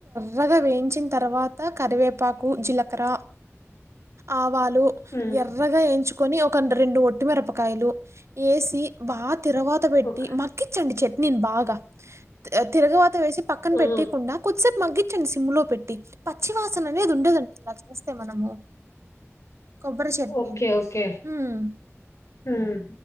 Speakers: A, on the right; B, on the left.
A: బాగా వేయించిన తర్వాత కరివేపాకు జీలకర ఆ వాళ్ళు
B: ఉమ్
A: ఎర్రగా వయించుకొని ఒక రెండు ఒట్టిమిరపకాయలు ఏసీ బా తిరువాత పెట్టి
B: ఓకే
A: మ్యాగీచండి చెట్ నేను బాగా తిరగ వేసి పక్కన
B: ఆ
A: పెట్టియికుండా కొద్దిసేపు మగ్గించండి సిమ్లో పెట్టి పచ్చివాసన అనేది ఉండదండి ఇలా చేస్తే మనము కొబ్బరి చట్నీ
B: ఓకే ఓకే
A: హ్మ్
B: ఉమ్